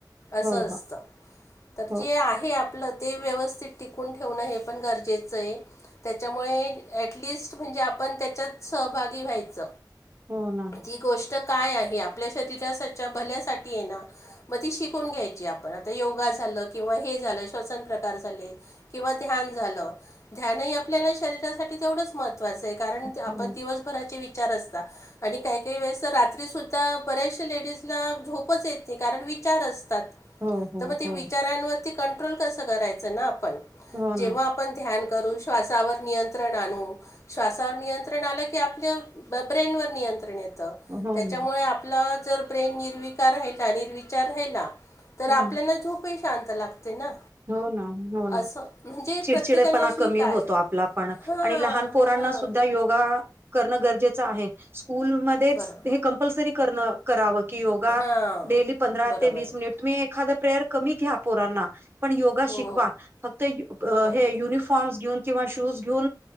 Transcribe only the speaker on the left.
असं
असत
तर
जे आहे आपलं ते व्यवस्थित टिकून ठेवणं हे पण गरजेचं आहे. त्याच्यामुळे ॲटलिस्ट म्हणजे आपण त्याच्याच भागी व्हायच
ती गोष्ट काय आहे आपल्या शरीराच्या भल्यासाठी ये ना. मग ती शिकून घ्यायची आपण आता योगा झालं किंवा हे झालं श्वसन प्रकार झाले. किंवा ध्यान झालं ध्यानही आपल्याला शरीरासाठी तेवढंच महत् महत्वाच आहे कारण
आपण
दिवसभराचे विचार असत. आणि काही काही वेळेस तर रात्री सुुद्धा बऱ्याचश लेडीजला झोपच येत नाही कारण विचार असतात.
तर मग ते
विचारांवरती कंट्रोल कस करायचं ना आपण
जेव्हा
ध्यान करून श्वासावर नियंत्रण आणू श्वासावर नियंत्रण आ आप ब्रेनवर निंत्रण येत
त्यामुळे आप जर ब्रेन निर्विकार राहिला निर्विचार राहिला तर
आपल्याला झोपही शांत लागते ना.
असं म्हणजे
प्रत्येकाने
अशी
काज
हां
हां
बरोबर
हां
बरोबर
आहे
हो
बरोबर
आहे